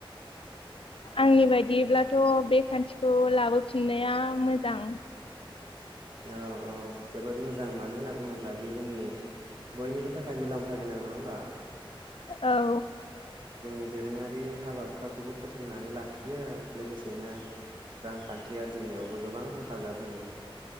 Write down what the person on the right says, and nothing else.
औ औ जोबोद मोजां मानो होनना बुङोब्ला बे जोंनि बयनिबो थाखाय मुलाम्फा गोनां नङा होमबा?
जोंनि दोरोङारि हाबा हुखाखौबो फोथेंनानै लाखियो। लोगोसेनो रांखान्थि आरजिनायावबो गोबां हेफाजाब होयो।